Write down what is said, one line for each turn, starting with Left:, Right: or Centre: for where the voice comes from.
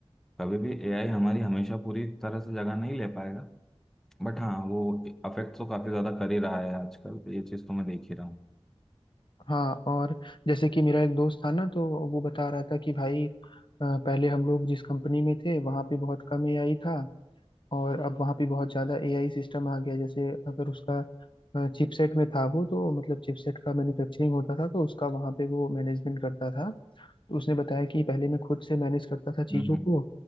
Centre: कभी भी एआई हमारी हमेशा पूरी तरह से जगह नहीं ले पाएगा बट हाँ वो अफेक्ट तो काफ़ी ज़्यादा कर ही रहा है आजकल ये चीज़ तो मैं देख ही रहा हूँ
Left: हाँ और जैसे कि मेरा एक दोस्त था ना तो वो बता रहा था कि भाई अ, पहले हम लोग जिस कंपनी में थे वहां पे बहुत कम एआई था और अब वहाँ पे बहुत ज़्यादा एआई सिस्टम आ गया जैसे अगर उसका चिपसेट में था वो तो मतलब चिपसेट का मैन्युफैक्चरिंग होता था तो उसका वहाँ पे वो मैनेजमेंट करता था तो उसने बताया कि पहले मैं खुद से मैनेज करता था चीज़ों
Centre: हम्म हम्म
Left: को